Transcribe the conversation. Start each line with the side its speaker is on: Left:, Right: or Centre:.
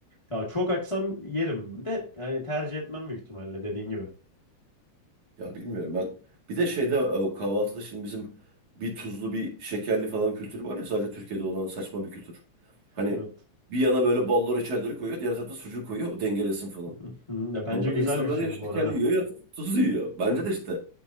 Left: Ya çok açsam yerim de yani tercih etmem büyük ihtimalle dediğin gibi.
Right: ya bilmiyorum ben. Bir de şeyde e, o kahvaltıda şimdi bizim bir tuzlu bir şekerli falan kültürü var ya sadece Türkiye'de olan saçma bir kültür. Hani
Left: Evet.
Right: bir yana böyle ballı reçelleri koyuyor diğer tarafa sucuk koyuyor o dengelesin falan.
Left: <laughs> Ya bence
Right: Normalde
Left: güzel
Right: insanlar
Left: bir şey
Right: ya şekerli
Left: bu arada.
Right: yiyor ya tuzlu yiyor. Bence
Left: <laughs>
Right: de işte